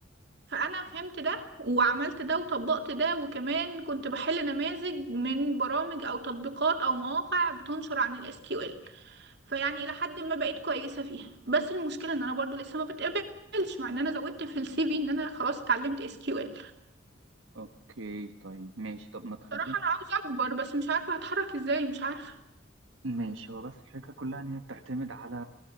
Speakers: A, on the right; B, on the right.
A: فانا فهمت ده وعملت ده وطبقت ده وكمان كنت بحل نماذج من برامج او تطبيقات او مواقع بتنشر عن الاس كيو ال فيعني إلى حد ما بقيت كويسة فيها بس المشكلة إن أنا برضو لسه ما بتقبلش مع إن أنا زودت في السي في إن أنا خلاص اتعلمت اس كيو ال
B: اوكي طيب ماشي طب ما تخليني
A: بصراحة أنا عاوزة أكبر بس مش عارفة هتحرك إزاي مش عارفة
B: ماشي هو بس الفكرة كلها ان هي بتعتمد على